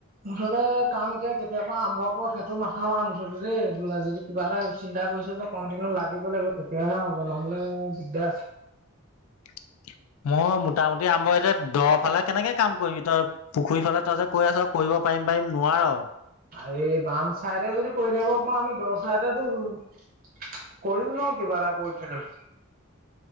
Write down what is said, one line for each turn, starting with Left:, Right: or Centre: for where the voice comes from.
Right: মুঠতে কাম এতিয়া কেতিয় পৰা আৰম্ভ কৰ সেইটো মাথা মাৰ আৰু মুঠতে দেই যদি কিবা এটা দিগদা কৈছে যে কণ্টিনিউ লাগিব লাগিব তেতিয়াহে হ'ব নহলে দিগদাৰ আছে
Left: <unintelligible> মই মোটামুটি আৰম্ভ যে দ ফালে কেনেকে কাম কৰিবি তই পুখুৰী ফালে তই যে কৈ আছ কৰিব পাৰি পাৰিম পাৰিম নোৱাৰো
Right: আৰে বাম চাদেৰে যদি কৰি থাকিব আপোনাৰ আমি দ চাডেটো ওঁ কৰিম ন কিবা এটা কৰি পিনে